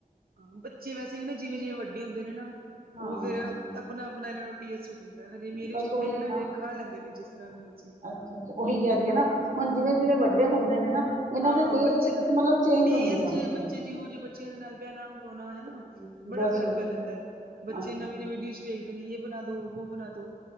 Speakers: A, on the right (about 80°); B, on the right (about 55°).
A: ਹਾਂ ਜਿਵੇਂ ਵੈਸੇ ਵੀ ਨਾ ਜਿਵੇਂ- ਜਿਵੇਂ ਵੱਡੇ ਹੁੰਦੇ ਨੇ ਨਾ,
B: ਹਾਂ
A: ਉਹ ਫੇਿਰ ਆਪਣਾ -ਆਪਣਾ ਇਹਨਾਂ ਨੂੰ ਟੇਸਟ ਦਿੰਦੇ ਤੇ ਹਜੇ ਮੇਰੇ
B: ਬਸ
A: ਛੋਟੇ
B: ਉਹੀ
A: ਨੇ ਨਾ, ਹਜੇ ਖਾ ਲੈਂਦੇ ਨੇ ਜਿਸ ਤਰ੍ਹਾਂ ਵੀ ਮਰਜ਼ੀ
B: ਅੱਛਾ ਅੱਛਾ, ਉਹੀ ਕਹਿ ਰਹੀ
A: ਹਾਂ
B: ਹੈ ਨਾ, ਹੁਣ ਜਿਵੇਂ-ਜਿਵੇਂ ਵੱਡੇ ਹੁੰਦੇ ਨੇ ਨਾ ਇਹਨਾਂ
A: ਹਾਂ
B: ਦੇ ਟੇਸਟ
A: ਬੱਚੇ ਨੂੰ
B: ਮਤਲਬ ਚੇਂਜ
A: ਟੇਸਟ,
B: ਹੁੰਦੇ ਜਾਂਦੇ ਨੇ
A: ਬੱਚੇ ਜਿਹੋ ਜਿਹੇ ਬੱਚਿਆਂ ਦੇ ਨਾਲ ਬਹਿਣਾ, ਖਲੋਣਾ ਹਨਾ
B: ਹਮ,
A: ਬੜਾ
B: ਬਸ
A: ਫ਼ਰਕ
B: ਉਹ
A: ਪੈ ਜਾਂਦਾ ਹੈ, ਬੱਚੇ
B: ਅੱਛਾ
A: ਨਵੀਂ- ਨਵੀਂ ਡਿਸ਼ ਵੇਖਦੇ ਨੇ, ਇਹ ਬਣਾ ਦੋ, ਵੋ ਬਣਾ ਦੋ।